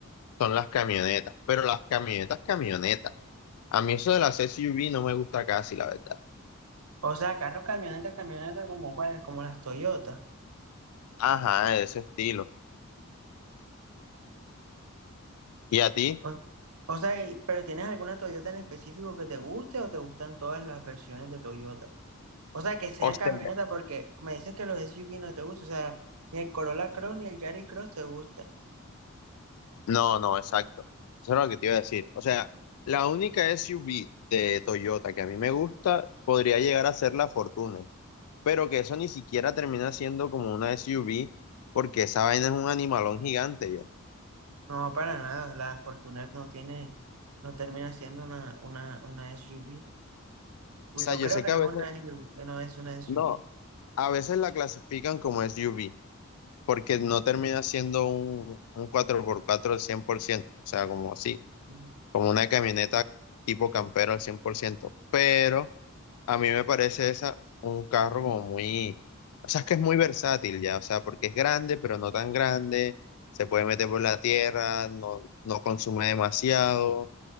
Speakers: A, on the left; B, on the right.
A: son las camionetas, pero las camionetas, camionetas. A mí eso de las SUV no me gusta casi, la verdad.
B: O sea, carros, camionetas, camionetas como cuáles, como las Toyotas.
A: Ajá, de ese estilo. ¿Y a ti?
B: O, o sea, y- pero ¿tienes alguna Toyota en específico que te guste o te gustan todas las versiones de Toyota? O sea, que sean
A: O sea,
B: camionetas porque me dices que los SUV no te gustan. O sea, ni el Corolla Cross ni el Yaris Cross te gustan.
A: no, no, exacto. Eso es lo que te iba a decir. O sea, la única SUV de Toyota que a mí me gusta podría llegar a ser la Fortuner, pero que eso ni siquiera termina siendo como una SUV porque esa vaina es un animalón gigante ya.
B: No, para nada. La Fortuner no tiene, no termina siendo una, una, una SUV. Uy,
A: O sea,
B: Yo
A: yo
B: creo
A: sé
B: que
A: que a
B: no
A: veces,
B: es una SUV, que no es una SUV.
A: no, a veces la clasifican como SUV, porque no termina siendo un, un cuatro por cuatro al cien por ciento o sea, como así,
B: Ujú.
A: como una camioneta tipo campero al cien por ciento pero a mí me parece esa un carro como muy, o sea, es que es muy versátil ya, o sea, porque es grande, pero no tan grande, se puede meter por la tierra, no, no consume demasiado,